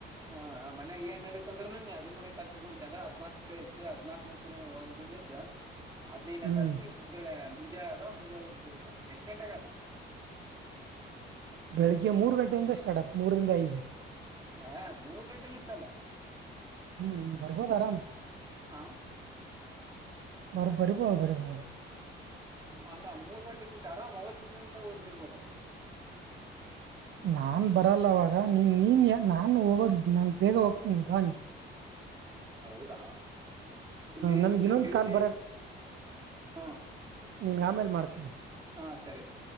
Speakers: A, on the right (about 20°); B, on the right (about 70°).
A: ಹ ಮನ್ಯಾಗ ಏನ್ ಹೇಳಿತಂದ್ರು ಹದಿಮೂರನೇ ತಾರಕ ಯಂದ್ರೆ ಹದ್ನಾಕು ಕೇಳಿತಿ ಹದ್ನಾಾಕನೇ ತಿ ಒಂದ ದಿನ ಇದ ಹದಿನೈನೇ
B: ಹ್ಮ್
A: ತಾರೀಕ ಮುಂಜಳೆ ಮುಂಜೆ ಅದ ಮುಂಜೆ ಬರ್ಬೇಕ ಎಷ್ಟು ಗಂಟೆಗೆ ಆಗದ
B: ಬೆಳಿಗ್ಗೆ ಮೂರ್ ಗಂಟೆಯಿಂದ ಸ್ಟಾರ್ಟ್ ಆತ ಮೂರರಿಂದ ಐದು
A: ಹಾ ಮೂರ್ ಗಂಟೆಲಿ ಇತ್ತಲ್ಲ
B: ಹ್ಮ್ ಬರಬೊದ ಆರಾಮ್
A: ಹಾ
B: ಮಾರ ಬರುಮ ಬರುಮ
A: ಅಲ್ಲ ಮೂರು ಗಂಟೆಲಿ ಆರಾಮ್ ಅವತ್ತ ದಿನ ಹಲ ಬಿರ್ಬೋದಲ್ಲ
B: ನಾನ್ ಬರಲ್ಲವಾಗ ನೀನ್ ನೀನ್ ನಾನು ಹೋಗೋದ್ ನಾನ್ ಬೇಗ ಹೋಗ್ತೀನಿ ಬ ನೀ
A: ಹೌದಾ ಇಲ್ಲಿ
B: ನನ್ಗೆ
A: ನಮ್ದು
B: ಇನ್ನೊಂದ್
A: ಡ್ಯೂಟಿ
B: ಕಾಲ್
A: ಐ ಹ
B: ನಿಿನಗೆ ಆಮೇಲೆ ಮಾಡ್ತೀನಿ
A: ಹಾ ಸರಿತೊ